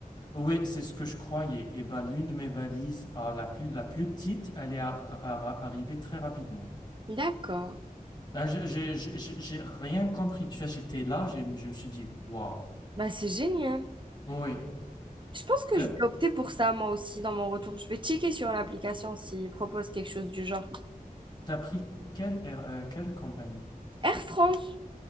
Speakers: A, on the left; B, on the right.
A: Oui, c'est ce que je croyais. Et ben, l'une de mes valises, ah, la plus, la plus petite, elle est ar- ar- arrivée très rapidement.
B: D'accord.
A: Là, j'ai j'ai- j'ai- j'ai rien compris. Tu vois, j'étais là, j'ai- je me suis dit, waouh.
B: Bah, c'est génial.
A: Oui.
B: Je pense que
A: Euh,
B: je vais opter pour ça, moi aussi, dans mon retour. Je vais checker sur l'application s'il propose quelque chose du genre.
A: T'as pris quelle, air- euh, quelle compagnie?
B: Air France.